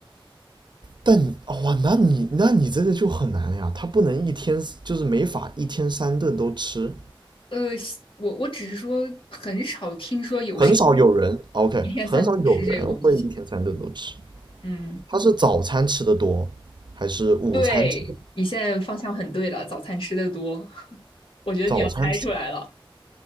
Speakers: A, on the right; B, on the left.
A: 但哇，那你那你这个就很难了呀，它不能一天就是没法一天三顿都吃，
B: 呃，我我只是说很少听说有谁
A: 很少有人 OK，
B: 一天三顿吃这个东西。
A: 很少有人会一天三顿都吃。
B: 嗯，
A: 它是早餐吃的多，还是午餐吃的？
B: 对，你现在方向很对了，早餐吃的多，<laughs> 我觉得你要猜出来了。
A: 早餐吃，